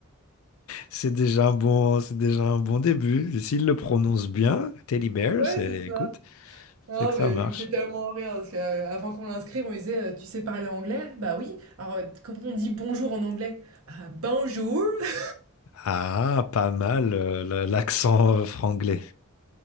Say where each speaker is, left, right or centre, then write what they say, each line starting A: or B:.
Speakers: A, on the left; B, on the right.
A: C'est déjà un bon, c'est déjà un bon début. S'il le prononce bien, Teddy Bear,
B: Ouais,
A: c'est,
B: c'est
A: écoute,
B: ça. Non,
A: c'est que
B: mais
A: ça marche.
B: il me fait tellement rire parce qu'avant qu'on l'inscrive, on lui disait euh, Tu sais parler anglais? Bah oui. Alors, euh, comment on dit bonjour en anglais? Ah, bonjour! <laughs>
A: Ah, pas mal, euh, la- l'accent euh, franglais.